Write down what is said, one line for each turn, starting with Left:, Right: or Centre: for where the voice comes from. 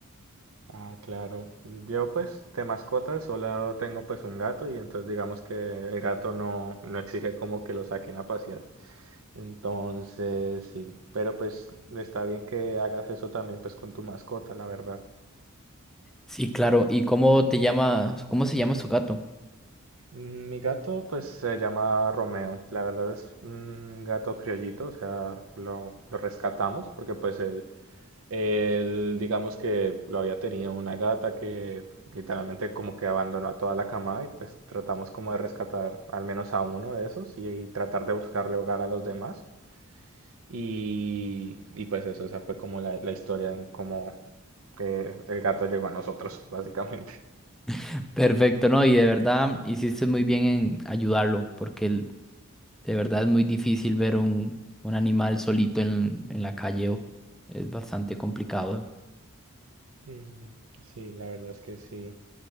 Right: Ah, claro. Yo pues de mascota solo tengo pues un gato y entonces digamos que el gato no, no exige como que lo saquen a pasear. Entonces, sí, pero pues está bien que hagas eso también pues con tu mascota, la verdad.
Centre: Sí, claro. ¿Y cómo te llamas? ¿Cómo se llama su gato?
Right: Mm, Mi gato pues se llama Romeo, la verdad es un gato criollito, o sea, lo, lo rescatamos porque pues él, él, digamos que lo había tenido una gata que literalmente como que abandonó a toda la camada y pues tratamos como de rescatar al menos a uno de esos y y tratar de buscarle hogar a los demás. Y, y pues eso, esa fue como la, la historia en cómo eh, el gato llegó a nosotros, <laughs> básicamente.
Centre: <laughs> Perfecto, no, y de verdad hiciste muy bien en ayudarlo porque él De verdad es muy difícil ver un, un animal solito en, en la calle. o- Es bastante complicado.
Right: Ujú, Sí, la verdad es que sí.